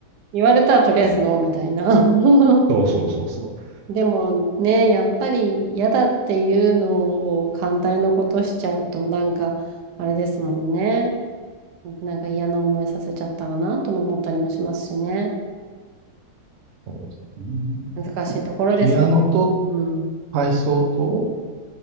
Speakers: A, on the right; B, on the right.
A: 言われたらとりあえずノーみたいな。
B: うん
A: <laughs>
B: そうそうそうそう。
A: でもね、やっぱり嫌だっていうのを反対のことしちゃうと、なんか、あれですもんね。なんか嫌な思いさせちゃったらなとも思ったりもしますしね。
B: そうですね
A: 難しいところですよ。
B: ピアノと
A: うん。
B: 体操と、